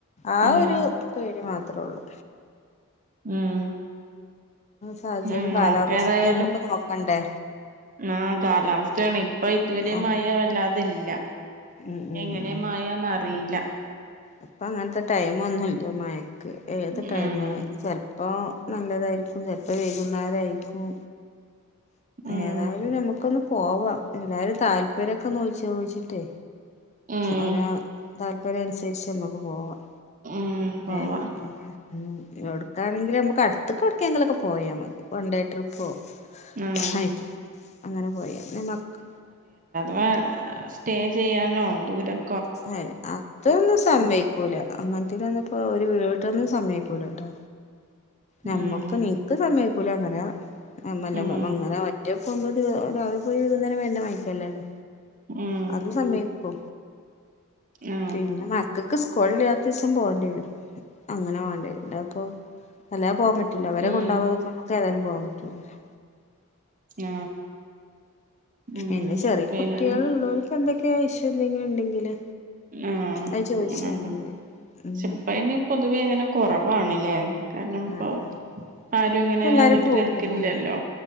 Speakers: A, on the left; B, on the right.
A: ആ
B: ഉം
A: ഒരു പേടി മാ ത്രൊള്ളൂ,
B: ഉം
A: സാഹചര്യം
B: ഉംനോക്കേതായാലും
A: കാലാവസ്ഥ നമുക്ക് നോക്കണ്ടേ
B: ആ കാലാവസ്ഥയാണ്. ഇപ്പൊ ഇതുവരെ
A: ആ
B: മയ വല്ലാതെ അതല്ല
A: ഉം ഉം
B: എങ്ങനെ
A: ഉം
B: മയാന്നറിയീല.
A: ഇപ്പ അങ്ങനത്തെ ടൈം ഒന്നൂല്ല. മയ ക്ക് ഏത്
B: ഉം
A: ടൈമ് ചെലപ്പോ നല്ലതായിരിക്കും ചെലപ്പോ വൈകുന്നേരായിരിക്കും.
B: ഉം
A: ഏതായാലും നമുക്കൊന്ന് പോവാം. എല്ലാരും താല്പര്യം ഒക്കെ ഒന്നോയി ചോദിച്ചട്ടേ.
B: ഉം
A: അവന് താല്പ ര്യനുസരിച്ച് നമുക്ക് പോവാം.
B: ഉം പോവാ
A: ഏ ഏ ഉം. എവടക്കാണെങ്കില് നമ്മക്ക് തട്ട് അതൊക്ക എവടക്കെങ്കിലൊക്കെ പോയാ മതി. വൺ ഡേ ട്രിപ്പോ
B: ഉം
A: ഹൈക്കി അങ്ങനെ പോയാ നമക്ക്
B: വെ സ്റ്റേ ചെയ്യാനോ ദൂരം
A: അയ് അതൊന്നും സമ്മയിക്കൂല അങ്ങനത്തേല് ചെന്നപ്പേ ഒരു വീടോട്ടൊന്നും സമ്മയിക്കൂലാട്ടാ. നമ്മുക്ക്
B: ഉം
A: നിക്ക് സമയ് കുലാങ്ങനാ അമ്മലമ്പാ
B: ഉം
A: അങ്ങനെ മറ്റേ പൊങ്കൽ രാവിലെപോയി വൈകുന്നേരംന്നെ വായിക്കല്ലല്ലോ
B: ഉം
A: അത് സമ്മയ് ഹൊ
B: ആ
A: പിന്നെ മക്ക ൾക്ക് സ്കൂളില്ലാത്ത ദിവസം പോണ്ടി വരും. അങ്ങനെ വേണ്ടി അപ്പൊ അല്ലാ പോവാൻ പറ്റില്ല അവരെ
B: ഉം
A: കൊണ്ടാവാതൊന്നും നമ്മക്ക് ഏതാലും പോവാൻ പറ്റൂല്ലേ
B: ആ ഉം
A: പിന്നെ ചെറിയ
B: പിന്നെ
A: കുട്ടികൾ ഉള്ളവർക്ക് എന്തൊക്കെയൊ ഇഷ്യൂ എന്തെങ്കിലും ഉണ്ടെങ്കില്
B: ആ
A: അത്
B: അ <unintelligible>
A: ചോദിച്ചറിയണ്ടി വരും ഉം
B: പക്ഷെ ഇപ്പയിൻ പൊതുവെ എങ്ങനെ കൊറ കുറവാണ് ലേ കാരണം ഇപ്പൊ
A: ആഹ് ആഹ്
B: ആരും ഇങ്ങനെ
A: ഇപ്പ എല്ലാരും
B: വീട്ടിലിരിക്കില്ലല്ലോ
A: പോകൂലല്ലേ